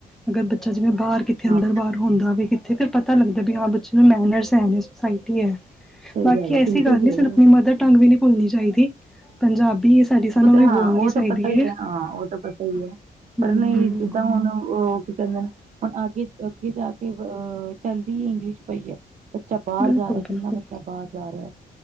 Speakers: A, in the centre; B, on the right (about 50°).
A: ਅਗਰ ਬੱਚਾ ਜਿਵੇਂ ਬਾਹਰ ਕਿੱਥੇ ਅੰਦਰ
B: ਹਾਂ
A: ਬਾਹਰ ਹੁੰਦਾ ਵੀ ਕਿੱਥੇ ਫਿਰ ਪਤਾ ਲੱਗਦਾ ਵੀ ਹਾਂ ਬੱਚੇ ਨੂੰ ਮੈਨਰਸ ਹੈ ਨੇ ਸੁਸਾਇਟੀ ਹੈ।
B: ਸਹੀ
A: ਬਾਕੀ ਐਸੀ
B: ਹੈ, ਬਿਲਕੁਲ
A: ਗੱਲ
B: ਸਹੀ
A: ਨੀ ਸਾਨੂੰ ਆਪਣੀ ਮਦਰ ਟੰਗ ਵੀ ਨਹੀ ਭੁੱਲਣੀ ਚਾਹੀਦੀ ਪੰਜਾਬੀ ਸਾਡੀ ਸਾਨੂੰ
B: ਉਹ ਤੇ
A: ਵੀ
B: ਹਾਂ
A: ਬੋਲਣੀ
B: ਉਹ
A: ਚਾਹੀਦੀ
B: ਤਾਂ ਪਤਾ ਹੀ ਹੈ ਹਾਂ ਉਹ ਤਾਂ ਪਤਾ ਹੀ ਹੈ
A: ਬਿਲਕੁਲ
B: ਪਰ ਨਹੀਂ
A: ਬਿਲਕੁਲ
B: ਜਿੱਦਾਂ ਹੁਣ
A: ਹਾਂ
B: ਉਹ ਕੀ ਕਹਿੰਦੇ ਹੁਣ ਅਗੇ -ਅੱਗੇ ਜਾ ਕੇ ਅਹ ਚੱਲਦੀ ਹੀ ਇੰਗਲਿਸ਼ ਪਈ ਹੈ ਬੱਚਾ ਬਾਹਰ
A: ਬਿਲਕੁਲ
B: ਜਾ ਰਿਹਾ, ਕਿੰਨਾ
A: ਬਿਲਕੁਲ
B: ਬੱਚਾ ਬਾਹਰ ਜਾ ਰਿਹਾ,